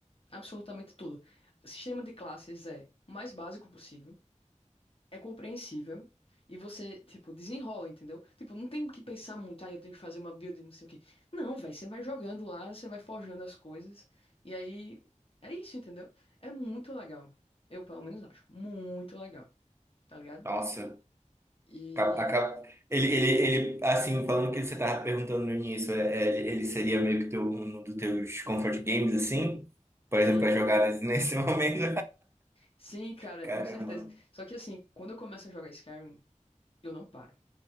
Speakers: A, on the left (about 45°); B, on the right (about 20°).
A: Absolutamente tudo. Sistema de classes é o mais básico possível é compreensível e você, tipo, desenrola, entendeu? Tipo, não tem que pensar muito, ah, eu tenho que fazer uma build, não sei o quê. Não, velho, você vai jogando lá, você vai forjando as coisas e aí é isso, entendeu? É muito legal. Eu, pelo menos, acho muito legal, tá ligado?
B: Nossa.
A: E
B: Cap- a cap- Ele, ele, ele, assim, falando o que você tava perguntando no início, é- é- ele, ele seria meio que teu, um dos teus comfort games, assim? Por
A: sim,
B: exemplo, para jogar nesse, nesse <laughs> momento.
A: sim, cara,
B: Caramba.
A: com certeza. Só que assim, quando eu começo a jogar Skyrim, eu não paro.